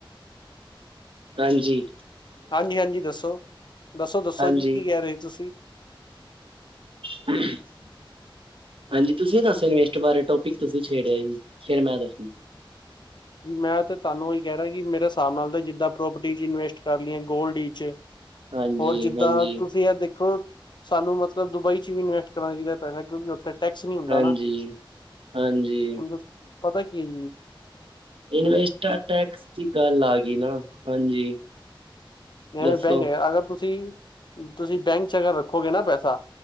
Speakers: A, on the right; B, on the left.
A: ਨਾਹੀ ਹਾਂਜੀ।
B: ਹਾਂਜੀ ਹਾਂਜੀ ਦੱਸੋ, ਦੱਸੋ ਦੱਸੋ
A: ਹਾਂਜੀ
B: ਜੀ ਕੀ ਕਹਿ ਰਹੇ ਤੁਸੀਂ?
A: <unintelligible> ਹਾਂਜੀ, ਤੁਸੀਂ ਦੱਸੋ ਇਨਵੈਸਟ ਬਾਰੇ ਟੋਪਿਕ ਤੁਸੀਂ ਛੇੜਿਆ ਜੀ ਫੇਰ ਮੈਂ ਦੱਸੂ?
B: ਮੈਂ ਤੇ ਤੁਹਾਨੂੰ ਉਹੀ ਕਹਿ ਰਿਹਾ ਕਿ ਮੇਰੇ ਹਿਸਾਬ ਨਾਲ ਤਾਂ ਜਿੱਦਾਂ ਪ੍ਰੋਪਰਟੀ ਚ ਇਨਵੈਸਟ ਕਰ ਲਈਏ, ਗੋਲਡ ਇਚ
A: ਹਾਂਜੀ
B: ਹੋਰ ਜਿੱਦਾਂ
A: ਹਾਂਜੀ
B: ਤੁਸੀਂ ਆ ਦੇਖੋ ਸਾਨੂੰ ਮਤਲਬ ਦੁਬਈ ਚ ਵੀ ਇਨਵੈਸਟ ਕਰਨਾ ਚਾਹੀਦਾ ਪੈਸਾ, ਕਿਉਂਕ ਟੈਕਸ ਨੀ ਹੁੰਦਾ
A: ਹਾਂਜੀ
B: ਨਾ,
A: ਹਾਂਜੀ
B: ਹੁਣ ਦ ਪਤਾ ਕੀ ਏ ਜ
A: ਇਨਵੈਸਟ ਟੈਕਸ ਦੀ ਗੱਲ ਆ ਗਈ ਨਾ ਹਾਂਜੀ।
B: ਐਵੇ
A: ਦੱਸੋ
B: ਬੈਂਕ ਅਗਰ ਤੁਸੀਂ ਤੁਸੀਂ ਬੈਂਕ ਚ ਅਗਰ ਰੱਖੋਗੇ ਨਾ ਪੈਸਾ